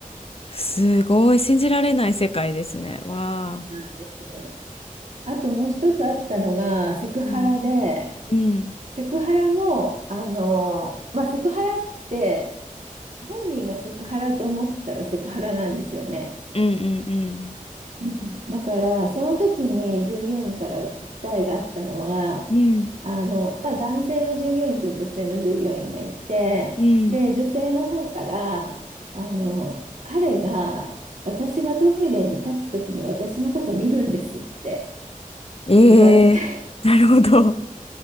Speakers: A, on the left; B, on the right.
A: すごい、信じられない世界ですね。わあ。
B: なんですよ。あともう一つあったのがセクハラで
A: うん。うん。
B: セクハラもあのまあセクハラって本人がセクハラと思ったらセクハラなんですよね。
A: うんうん
B: うん。だからその時に従業員から訴えがあったのは
A: うん。うん。
B: あの、まあ、男性の従業員と女性の従業員がいてで女性の方からあの彼が私がトイレに立つ時に私のこと見るんですって
A: うん。え
B: 言われて
A: えー <laughs> なるほど。